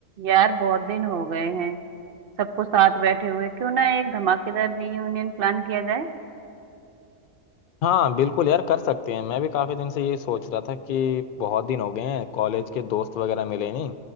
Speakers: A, on the right; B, on the left.
A: यार बहुत दिन हो गए हैं सबको साथ बैठे हुए क्यों ना एक धमाकेदार रीयूनियन प्लान किया जाए
B: हाँ बिल्कुल यार कर सकते हैं मैं भी काफ़ी दिन से ये सोच रहा था कि बहुत दिन हो गए हैं कॉलेज के दोस्त वगैरह मिले नहीं